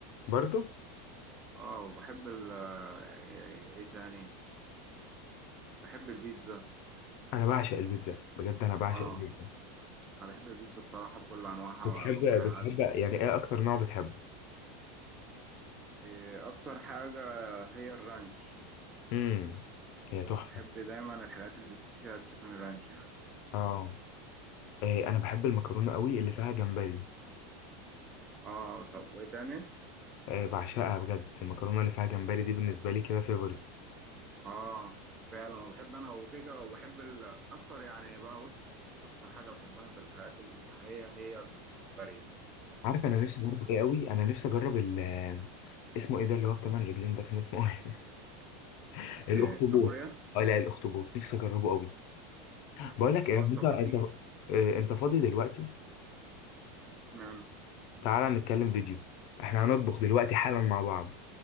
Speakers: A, on the left; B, on the right.
A: برضه
B: اه وبحب ال- ايه إيه تاني بحب البيتزا
A: انا بعشق البيتزا بجد انا بعشق
B: اه
A: البيتزا
B: انا بحب البيتزا بصراحة بكل انواعها
A: بتحب
B: باكلها
A: بتحب
B: عادي
A: يعني ايه اكتر نوع بتحبه
B: إيه اكتر حاجة هي الرانش
A: امم هي تحفه
B: بحب دايما الحاجات اللي بيكون فيها تشيكن رانش يعني
A: اه إيه انا بحب المكرونه قوي اللي فيها جمبري
B: اه طب وايه تاني
A: إيه بعشقها بجد المكرونه اللي فيها جمبري دي بالنسبه لي كده فيفورت
B: اه فعلا انا بحب انا وكيكة وبحب ال- اكتر يعني بقى بص اكتر حاجة بحبها في الحاجات البحرية هي الجمبري
A: عارف انا نفسي اجرب ايه قوي انا نفسي اجرب ال اسمه ايه ده اللي هو بتمن رجلين ده كان اسمه ايه <laughs> الاخطبوط
B: والكابوريا
A: اه لا الاخطبوط نفسي اجربه قوي بقول لك
B: خلاص
A: ايه انت
B: طب
A: انت
B: ما تيجي
A: إيه انت فاضي دلوقتي
B: اشمعنى
A: تعالى نتكلم فيديو احنا هنطبخ دلوقتي حالا مع بعض